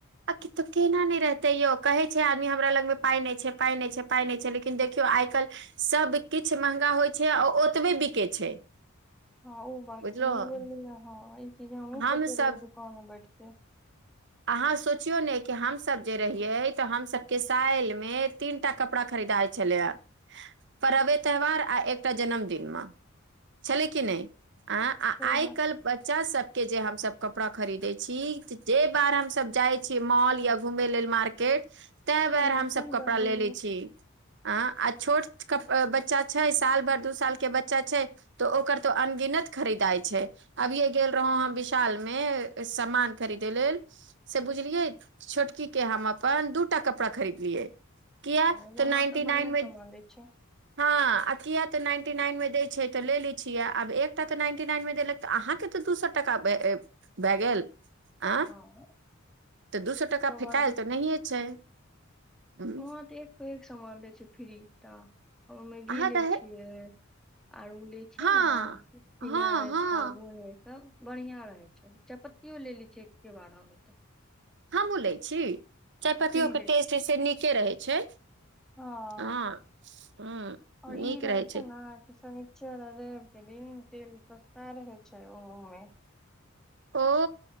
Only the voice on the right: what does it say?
आक तो केना नहि रहते यौ कहे छै आदमी हमरा लग मे पााय नहि छै पााय नहि छै पााय नहि छै लेकिन देखियौ आइ काल्हि सब किछु महंगा होइ छै आ ओतबे बिके छै
बुझलहु
हमसभ
अहाँ सोचियौ ने कि हमसभ जे रहियै तऽ हमसभके साइल मे तीनटा कपड़ा खरीद रीदाय छलैे परवे त्यौहार आ एकटा जन्मदिन मे छलय कि नहि अ आ
आइ
कल् बच्चा सब के जे हमस कपड़ा खरीदे छी जे बार हमस जाइ छीयै मॉल या घूमै लेल मार्केट तें बेर
हमसभ
कपड़ा
ले ले छी अ आ छोट बच्चा छै साल भर दू साल के बच्चा छै तऽ ओकर तऽ अनगिनत खरीदाइ छै अभियएे गेल रहौ ह विशाल मे सामान खरीदय लेल से बुझलियै छोटकी के हम अपन दूटा कपड़ा खरीदलियै किया
तऽ नाइन्टी
नाइन मे
हँ आ किया त नाइन्टी टी नाइन मे दै छै तऽ ले लै छियै आब एकटा तऽ नाइन्टी नाइन मे देलक तऽ अहाँके तऽ दू सै टाका भेय गेल आँ
तऽ दू सै टका
फेकायल तऽ नहिए छै हूँ,
अहाँ
रहे
हँ
हँ हँ
हमहु लै छी चायपत्तियोके
टेस्टइ से नीके रहै छै
हँ ह
नीक
रहै
ओ